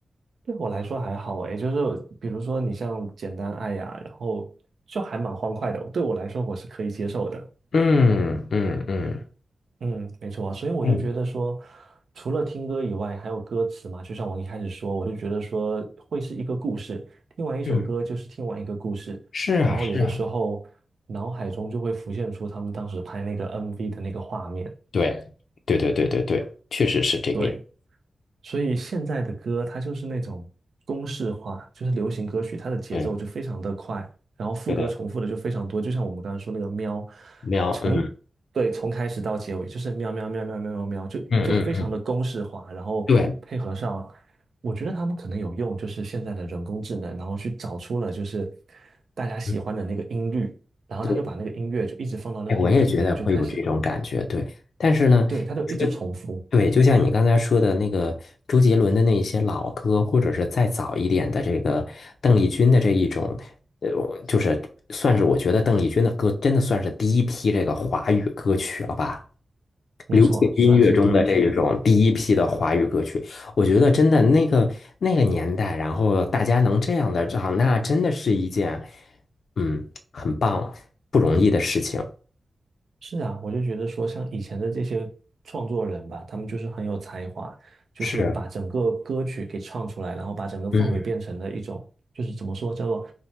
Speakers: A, on the right; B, on the left.
A: 对我来说还好诶，就是比如说你像简单爱呀、然后就还蛮欢快的，对我来说我是可以接受的。
B: 嗯嗯嗯
A: 嗯，没错，所以我就觉得说，
B: 嗯，
A: 除了听歌以外，还有歌词嘛，就像我一开始说，我就觉得说会是一个故事，听完一首歌就是听完一个故事，
B: 嗯，是啊是啊，
A: 然后有的时候脑海中就会浮现出他们当时拍那个 MV 的那个画面。
B: 对对对对对对，确实是这个样，
A: 对。所以现在的歌它就是那种公式化，就是流行歌曲，它的节奏就非常的快，
B: 对，
A: 然后副歌重复的就非常多，
B: 觉得
A: 就像我们刚才说那个喵，
B: 喵，
A: 从对从开始到结尾就是喵喵喵喵喵喵喵，
B: 嗯
A: 就就非常的公式化，
B: 嗯嗯嗯，
A: 然后配合上，
B: 对
A: 我觉得他们可能有用，就是现在的人工智能，然后去找出了就是大家喜欢的那个音律，
B: 嗯
A: 然后他就把那个音乐就一直放到那个音乐里面，
B: 对，哎，我也觉得会有这种感觉，
A: 就开始，
B: 对，但是呢，
A: 对，他就一直重复，
B: 你说对，就像你刚才说的那个周杰伦的那一些老歌，或者是再早一点的这个邓丽君的这一种，呃，就是算是我觉得邓丽君的歌真的算是第一批这个华语歌曲了吧。
A: 没错，
B: 流行音乐中的这种第一批的华语歌曲，
A: 算是第一批。
B: 我觉得真的那个那个年代，然后大家能这样的唱，那真的是一件嗯很棒不容易的事情。
A: 是啊，我就觉得说，像以前的这些创作人吧，他们就是很有才华，就是把整个歌曲给唱出来，
B: 是，
A: 然后把整个氛围变成了一种，
B: 嗯，
A: 就是怎么说，叫做